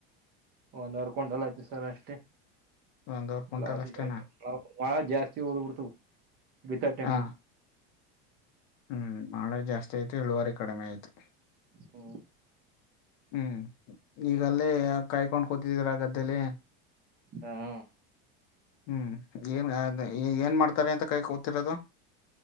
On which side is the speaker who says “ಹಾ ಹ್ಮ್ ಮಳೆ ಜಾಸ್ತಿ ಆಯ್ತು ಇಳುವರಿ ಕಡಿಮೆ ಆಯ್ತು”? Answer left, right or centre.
Left